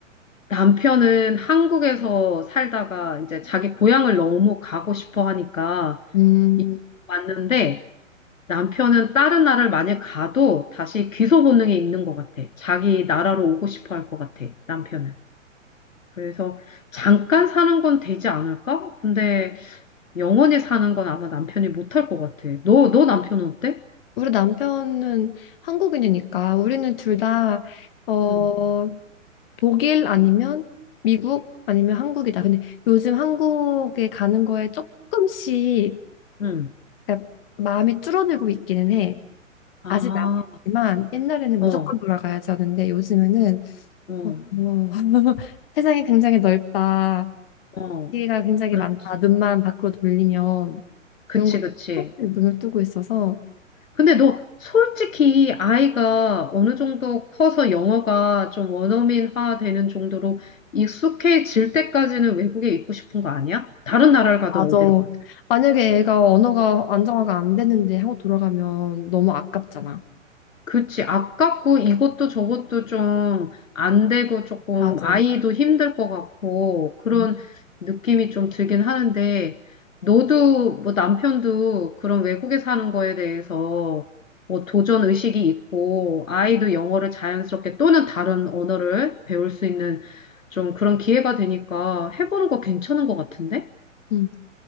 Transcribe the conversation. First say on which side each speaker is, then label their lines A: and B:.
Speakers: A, on the left (about 80°); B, on the left (about 45°).
A: 남편은 한국에서 살다가 이제 자기 고향을 너무 가고 싶어 하니까
B: 음,
A: 이- 왔는데 남편은 다른 나라를 만약 가도 다시 귀소 본능이 있는 것 같아. 자기 나라로 오고 싶어 할 것 같아, 남편은. 그래서 잠깐 사는 건 되지 않을까? 근데 영원히 사는 건 아마 남편이 못할 것 같아. 너, 너 남편은 어때?
B: 우리 남편은 한국인이니까 우리는 둘 다, 어,
A: 응,
B: 독일 아니면 미국 아니면 한국이다. 근데 요즘 한국에 가는 거에 조금씩
A: 응.
B: 그러니까 마음이 줄어들고 있기는 해.
A: 아,
B: 아직 남지만 옛날에는
A: 어,
B: 무조건 돌아가야지 하는데 요즘에는
A: 어,
B: 어, 뭐, <laughs> 세상이 굉장히 넓다.
A: 어.
B: 기회가 굉장히
A: 그렇지.
B: 많다. 눈만 밖으로 돌리면
A: 그치,
B: 이런 거
A: 그치.
B: 조금씩 눈을 뜨고 있어서
A: 근데 너 솔직히 아이가 어느 정도 커서 영어가 좀 원어민화 되는 정도로 익숙해질 때까지는 외국에 있고 싶은 거 아니야? 다른 나라를 가든
B: 맞아.
A: 어디를 가든.
B: 만약에 애가 언어가 안정화가 안 됐는데 한국 돌아가면 너무 아깝잖아.
A: 그치. 아깝고 이것도 저것도 좀 안 되고 조금
B: 맞아.
A: 아이도 힘들 것 같고 그런
B: 응.
A: 느낌이 좀 들긴 하는데 너도 뭐 남편도 그런 외국에 사는 거에 대해서 뭐 도전 의식이 있고 아이도 영어를 자연스럽게 또는 다른 언어를 배울 수 있는 좀 그런 기회가 되니까 해보는 거 괜찮은 것 같은데?
B: 응.